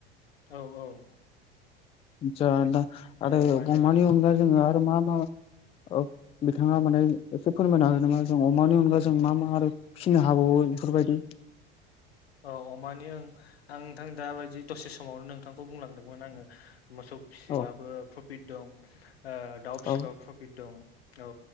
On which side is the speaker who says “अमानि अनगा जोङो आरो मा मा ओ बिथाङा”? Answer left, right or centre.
Left